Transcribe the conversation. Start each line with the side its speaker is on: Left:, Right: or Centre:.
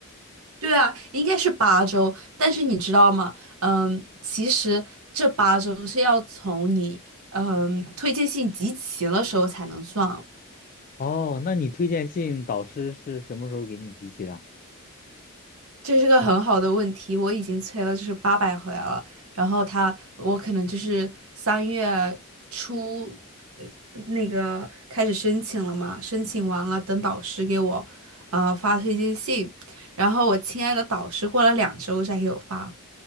Right: 对啊，应该是八周，但是你知道吗？嗯，其实这八周是要从你嗯推荐信集齐了时候才能算，
Left: 哦，那你推荐信导师是什么时候给你集齐的？
Right: 这是个很好的问题，我已经催了就是八百回来了，然后他我可能就是三月初，呃，那个开始申请了嘛，申请完了等导师给我，呃，发推荐信，然后我亲爱的导师过了两周再给我发，